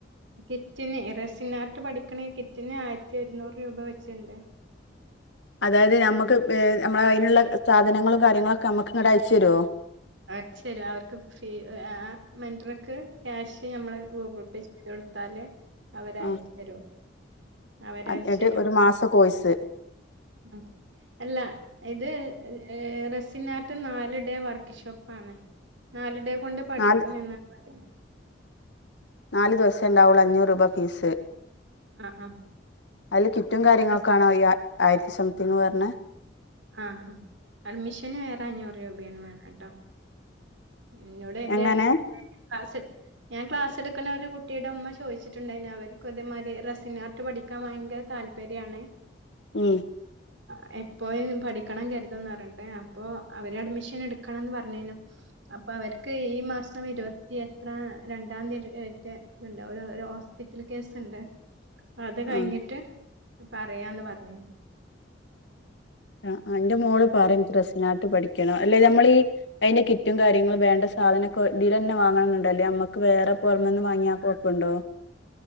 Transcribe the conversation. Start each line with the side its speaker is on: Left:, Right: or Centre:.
Right: കിറ്റിന് റെസിനാർട്ട് പഠിക്കണ കിറ്റിന് ആയിരത്തി ഒരുന്നൂറ് രൂപ വെച്ച്ണ്ട്
Left: അതായത് നമ്മുക്ക് ഏഹ് നമ്മള അയിനൊള്ള സാധനങ്ങളും കാര്യങ്ങളൊക്കെ നമ്മുക്ക് ഇങ്ങടയച്ചുരുവോ?
Right: അയച്ചരും അവർക് ഫീ ആഹ് മെന്റർക്ക്‌ ക്യാഷ് നമ്മള് ഗൂഗിൾ പേ ചെ ഇട്ടു കൊടുത്താല് അവരയച്ച്
Left: ആഹ്
Right: തരോം അവരയച്ചരും
Left: എന്നിട്ട് ഒരു മാസ കോഴ്സ്
Right: ഉം അല്ല ഇത് ഏഹ് റെസിനാട്ട് നാല് ടെ വർക്ക് ഷോപ്പാണ് നാല് ടെ കൊണ്ട് പഠിക്കും
Left: നാല്
Right: എന്നാണ് പറയുന്നേ
Left: നാലു ദിവസേ ഇണ്ടാവുള്ളൂ അഞ്ഞൂറ് രൂപ ഫീസ്
Right: ആ ആ
Left: അല്ല കി റ്റും കാര്യങ്ങൾക്കാണോ
Right: റസ്-
Left: ഈ ആ ആയിരത്തി സംതിങ് പറഞ്ഞെ
Right: ആഹ് ഹ് അഡ്മിഷന് വേറെ അഞ്ഞൂറ് രൂപയാണ് വേണം ട്ടോ എന്നോട് എന്റെ
Left: എങ്ങനെ
Right: ക്ലാസ് ഞാൻ ക്ലാസ് എടുക്കുന്ന ഒരു കുട്ടിയുടെ അമ്മ ചോദിച്ചിട്ടുണ്ടായി അവർക്കും ഇതേ മാതിരി റെസിംഗ ആർട്ട് പഠിക്കാൻ ഭയങ്കര താല്പര്യണ
Left: ഉം
Right: എ പ്പോയി പഠിക്കണം കരുതന്ന് പറഞ്ഞട്ടെ അപ്പൊ അവര് അഡ്മിഷൻ എടുക്കണംന്ന് പറഞ്ഞിനു അപ്പൊ അവർക്ക് ഈ മാസം ഇരുപത്തി എത്ര രണ്ടാം തീയതി ഇറ്റ് ഒരു ഹോസ്പിറ്റൽ കേസ് ഉണ്ട് അത് കഴിഞ്ഞിട്ട്
Left: ആഹ്
Right: പറയാന്ന് പറഞ്ഞേനു
Left: ആ എന്റെ മോള് പറഞ്ഞ് റ സിനാട്ട് പഠിക്ക അല്ലെ നമ്മൾ ഈ അതിന്റെ കിറ്റും കാര്യങ്ങളും വേണ്ട സാധനൊക്കെ ഇതില തന്നെ വാങ്ങണം എന്നുണ്ടോ അല്ലെ നമ്മുക്ക് വേറെ പുറമന്ന് വാങ്ങിയാൽ കുഴപ്പുണ്ടോ